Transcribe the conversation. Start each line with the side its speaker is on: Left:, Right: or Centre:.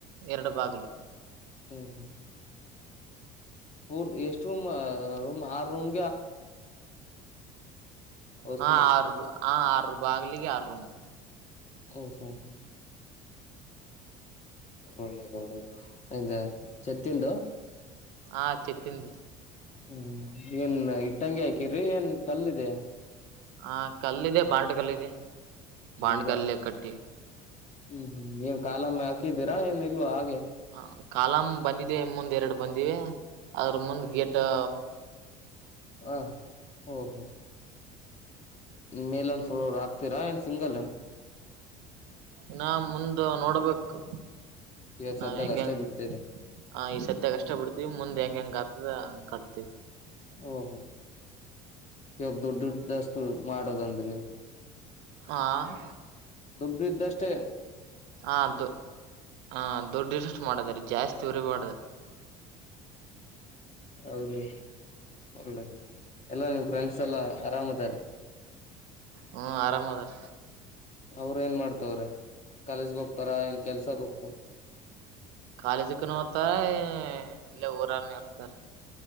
Right: ಎರಡು ಬಾಗಿಲಿ.
Left: ಹ್ಮ್ ಹ್ಮ್ ಹ್ಮ್. ಪೂರ್ತಿ ಎಷ್ಟು ರೂಮ್ ರೂಮ್ ಆರು ರೂಮ್. ಔಸಲಿ
Right: ಹಾ ಆರು ಹ ಆರು ಭಾಗಲಿಗೆ ಆರು ರುಮ.
Left: ಹ ಹಾ ಹಾ. ಒಳ್ಳೇದು ಒಳ್ಳೇದು ಇದು ಚತ್ತಂದು.
Right: ಹ ಚೆಟ್ಟಿಂದ.
Left: ಹ್ಮ್ ಏನ್ ಇಟ್ಟಂಗಿ ಹಾಕಿರರಿ ಏನ್ ಕಲ್ಲಿದೆ.
Right: ಹಾ ಕಲ್ಲ ಇದೆ ಬಾಂಡ ಕಲ್ಲಿದೆ. ಬಾಣಕಲ್ಲಿ
Left: ಹೌದಾ
Right: ಕಟ್ಟಿ.
Left: ಹ್ಮ್ ಹ್ಮ್ ನೀ ಏನ್ ಕಾಲಮ್ಮೆ ಹಾಕಿದ್ದೀರಾ ಏನ್ ಇಲ್ವಾ ಹಾಗೆ.
Right: ಹಾ ಕಾಲಮ ಬಂದಿದೆ ಮುಂದ ಎರಡು ಬಂದಿವ. ಅದ್ರ ಮುಂದ ಗೇಟ್ <inaudible>
Left: ಹಾ- ಓಹೋ ಮೇಲ ಒಂದ ಸಲ ಆಕ್ತೀರಾ ಏನ್ ಸಿಂಗಲ್.
Right: ಇನ್ನ ಮುಂದ ನೋಡ್ಬೇಕು.
Left: ಇವಾಗ
Right: ನಾ
Left: ಸದ್ಯಾಗ
Right: ಹೆಂಗ
Left: ಅಷ್ಟೇ
Right: ಹೆಂಗ
Left: ಬಿಡ್ತೀರ
Right: ಹ ಈ ಸದ್ಯ ಕಷ್ಟ ಬಿಡ್ತಿವಿ ಮುಂದೆ ಹೆಂಗ ಹೆಂಗ. <unintelligible> ಕಟ್ತೀವ್ರೀ.
Left: ಓಹೋ ಇವಾಗ ದುಡ್ ದುಡ್ಡಷ್ಟು ಮಾಡೋದಂದ್ರಿ
Right: ಹಹಾ -
Left: ದುಡ್ಡಿದ್ದಷ್ಟೇ.
Right: ಹದು ಹ ದುಡ್ಡಿ ಇರಷ್ಟು ಮಾಡದರಿ ಜಾಸ್ತಿ ಉರಿ ಮಾಡದ.
Left: ಹೌದು ಓಲ್ಡ್ ಎಲ್ಲ ನಿಮ್ ಫ್ರೆಂಡ್ಸ್ ಎಲ್ಲ ರಾಮ್ ಇದ್ದಾರೆ.
Right: ಹೂ ಆರಾಮ್ ಅದಾರ.
Left: ಅವ್ರ ಏನ್ ಮಾಡ್ತವ್ರೆ ಕಾಲೇಜ್ಗೆ ಹೋಗ್ತಾರ ಏನ್ ಕೆಲ್ಸಾಗ ಹೋಗ್ತಾರ.
Right: ಕಾಲೇಜಕ್ಕ ಹೋಗ್ತಾರ ಇಲ್ಲೇ ಊರಾನೇ ಇರ್ತಾರ.